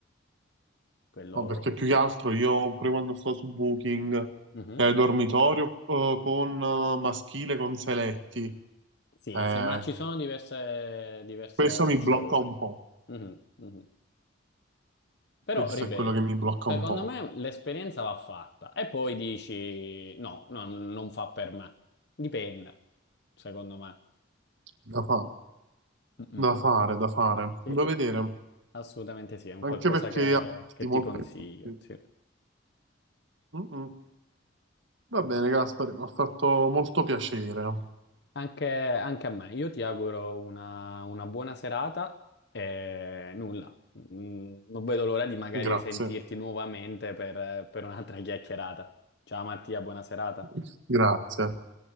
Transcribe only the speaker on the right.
No, perché più che altro io, pure quando sto su Booking,
eh, dormitorio eh, con eh, maschile con seletti,
Eh,
Questo
mi blocca un po',
questo
è quello che mi blocca
un po',
da fa-
da fare, da fare,
da vedere,
anche
perché
ha
di molte
cose.
Mm-mm. Va bene, Gaspari, mi ha fatto molto piacere.
Grazie,
<laughs> grazie.